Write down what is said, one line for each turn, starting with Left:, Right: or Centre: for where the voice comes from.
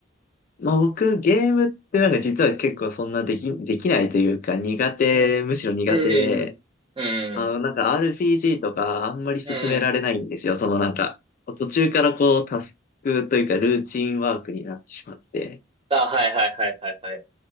Left: まあ僕ゲームってなんか実は結構そんなでき、できないというか苦手、
Right: うん。
Left: むしろ苦手で、
Right: うん。うんうん。
Left: あのなんか RPG とかあんまり進められないんですよ。
Right: うん。うん。
Left: そのなんか途中からこうタスクというかルーチンワークになってしまって。
Right: あ、はいはいはいはいはい。